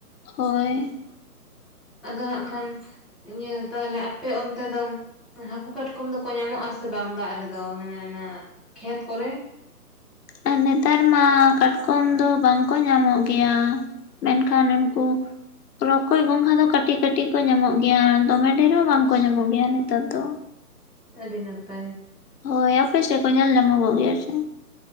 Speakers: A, on the left; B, in the centre.
A: ᱦᱳᱭ
B: ᱟᱫᱚ ᱦᱟᱸᱜ ᱠᱷᱟᱱ, ᱤᱭᱟᱹ ᱛᱟᱞᱦᱮ ᱟᱯᱮ ᱚᱱᱛᱮ ᱫᱚ ᱾ ᱦᱟᱹᱠᱩ ᱠᱟᱴᱠᱚᱢ ᱫᱚ-ᱠᱚ ᱧᱟᱢᱚ-ᱜ ᱟᱥᱮ ᱵᱟᱝ᱾ ᱫᱟᱜ ᱨᱮᱫᱚ ᱢᱟᱱᱮ ᱚᱱᱟ ᱠᱷᱮᱛ ᱠᱚᱨᱮ?
A: ᱟᱨ ᱱᱮᱛᱟᱨ ᱢᱟ, ᱠᱟᱴᱠᱚᱢ ᱫᱚ ᱵᱟᱝᱠᱚ ᱧᱟᱢᱚ-ᱜ ᱜᱮᱭᱟ ᱾ ᱢᱮᱱᱠᱷᱟᱱ ᱩᱱᱠᱩ ᱨᱚᱠᱚᱡ ᱜᱚᱝᱜᱷᱟ ᱫᱚ ᱪᱮ ᱠᱟᱹᱴᱤᱡ - ᱠᱟᱹᱴᱤᱡ ᱠᱚ ᱧᱟᱢᱚ-ᱜ ᱜᱮᱭᱟ ᱾ᱫᱚᱢᱮ ᱰᱮ ᱨᱮ ᱵᱟᱝᱠᱚ
B: ᱟᱪᱪᱷᱟ
A: ᱧᱟᱢᱚ-ᱜ ᱜᱮᱭᱟ᱾ ᱱᱮᱛᱟᱨ ᱫᱚ?
B: ᱟᱹᱰᱤ ᱱᱟᱯᱟᱭ
A: ᱦᱳᱭ ᱚᱯᱮ ᱥᱮ ᱠᱚ ᱧᱮᱞ ᱧᱟᱢᱜᱚ-ᱜ ᱜᱮ ᱥᱮ?